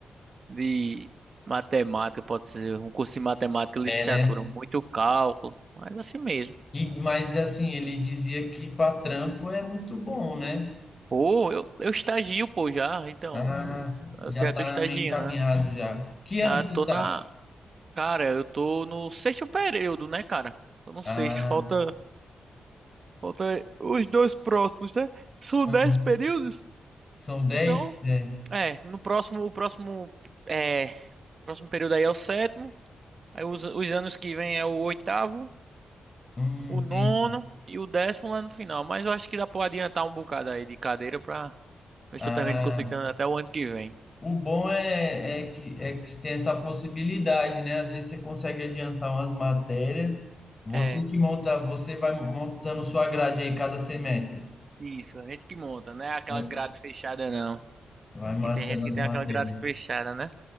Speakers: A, on the right (about 50°); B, on the left (about 35°).
A: de matemática, pode ser. Um curso de matemática, licenciatura,
B: É, né?
A: muito cálculo, mas assim mesmo.
B: E, mas assim, ele dizia que para trampo é muito bom, né?
A: Pô, eu, eu estagio, pô, já, então,
B: Ah,
A: eu, eu
B: já
A: já
B: tá
A: tô estagiando.
B: meio encaminhado já. Que ano
A: Ah,
B: que você
A: tô
B: tá?
A: na, cara, eu tô no sexto período, né, cara? Tô no
B: Ah,
A: sexto, falta, Falta os dois próximos, né? São
B: uhum.
A: dez períodos?
B: São dez
A: então,
B: É.
A: É, no próximo, o próximo, é, próximo período aí é o sétimo, aí os, os anos que vem é o oitavo,
B: Hum,
A: o
B: entendi.
A: nono e o décimo lá no final. Mas eu acho que dá pra adiantar um bocado aí de cadeira pra ver
B: Ah,
A: se eu termino conseguindo até o ano que vem.
B: O bom é, é que, é que tem essa possibilidade, né? Às vezes você consegue adiantar umas matérias. Você
A: É,
B: que monta, você vai montando sua grade aí cada semestre.
A: isso, a gente que monta, não é aquela
B: Vai,
A: grade fechada não.
B: vai matando
A: Que tem gente que
B: as
A: tem
B: matérias.
A: aquela grade fechada, né?